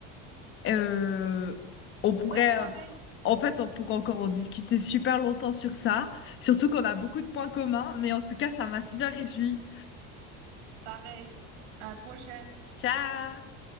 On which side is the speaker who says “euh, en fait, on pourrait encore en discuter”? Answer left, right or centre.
Left